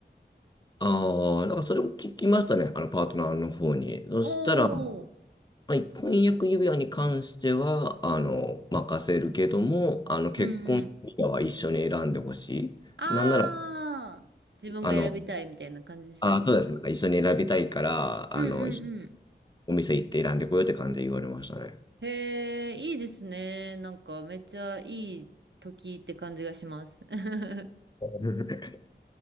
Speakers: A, on the left; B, on the right.
A: ああ、なんかそれも聞きましたね、あのパートナーの方に。そしたら、
B: おー。
A: まあ婚約指輪に関しては、あの、任せるけども、あの、結婚指輪は一緒に選んでほし
B: うんうん。ああ、
A: い。なんなら、
B: 自分が選びたいみたいな感じですよね。
A: あの、ああ、そうですね。なんか一緒に選びたいから、
B: うんうんうん。
A: あの、一緒にお店行って選んでこようって感じで言われましたね。
B: へえ、いいですね。なんかめっちゃいい時って感じがします。<laughs>
A: <laughs> な